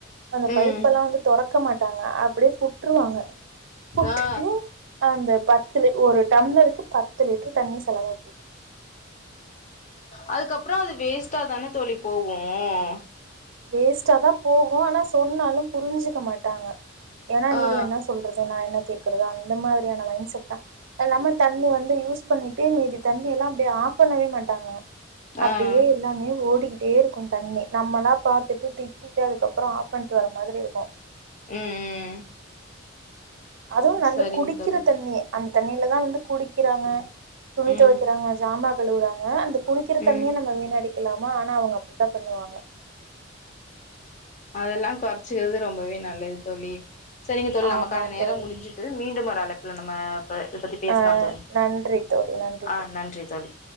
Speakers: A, on the right; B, on the left.
A: அந்த
B: ம்
A: பைப்பெல்லா வந்து தொறக்க மாட்டாங்க அப்டியே புட்ருவாங்க புட்டுட்டு
B: ஆ
A: அந்த பத் து லிட் ஒரு டம்ளருக்கு பத்து லிட்டர் தண்ணி செலவா போகும்
B: அதுக்கப்புறோ அது வேஸ்ட்டாதான தோழி போவும்
A: வேஸ்ட்டா தா போகும் ஆனா சொன்னாலு புரிஞ்சுக்க மாட்டாங்க ஏனா
B: ஆ
A: நீ என்னா சொல் றது நா என்னா கேக்குறது அந்த மாதிரியான மைண்ட் செட் தா இப்ப எல்லாம தண்ணி வந்து யூஸ் பண்ணிட்டே மீதி தண்ணியெல்லா அப்டியே ஆஃப் பண்ணவே மாட்டாங்க அப்டியே
B: ஆ
A: எல்லாமே ஓடிக்கிட்டே இருக்கும் தண்ணி நம்மலா பாத்துட்டு திட்டிட்டு அதுக்கப்புறோ ஆஃப் பண்ணிட்டு வர மாதிரி இருக்கும்
B: ம் ம்
A: அதுவு நல்ல
B: சரிங்க
A: குடிக்கிற
B: தோழி
A: தண்ணிய அந்த தண்ணிலதா வந்து குடிக்கிறாங்க துணிதொவக்கிறாங்க
B: ம்
A: ஜாமா கழுவுறாங்க அந்த குடிக்கிற
B: ம்
A: தண்ணிய நம்ம வீணடி க்கலாமா ஆனா அவுங்க அப்டித்தா பண்ணுவாங்க
B: அதெல்லா கொறச்சுக்றது ரொம்பவே நல்லது தோழி சேரிங்க தோழி
A: ஆமாம்
B: நமக்கான நேரம்
A: தோழி
B: முடிஞ்சு மீண்டும் ஒரு அழைப்புல நம்ம ப இத பத்தி பேசலாந்
A: ஆ
B: தோழி
A: நன்றி தோழி நன்றி
B: ஆ
A: தோழி
B: நன்றி தோழி